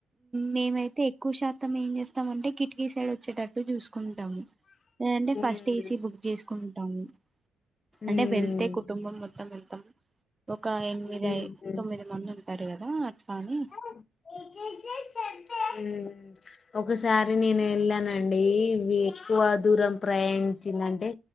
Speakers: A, on the right; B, on the left.
A: మేమైతే ఎక్కువశాతం ఏం చేస్తామ అంటే కిటికీ సైడ్ వచ్చేటట్టు చూసుకుంటాము లేదంటే ఫస్ట్
B: ఉమ్
A: ఏసీ బుక్ చేసు కుంటము అంటే
B: ఉమ్
A: వెళ్తే కుటుంబం మొత్తం వెళ్తాం ఒక ఎనిమిదిఐ
B: ఉహు.
A: తొమ్మిది మంది ఉంటారు కదా అట్లా అని
B: మ్మ్ ఒకసారి నేను వెళ్ళానండి ఎక్కువ దూరం ప్రయాణించిందంటే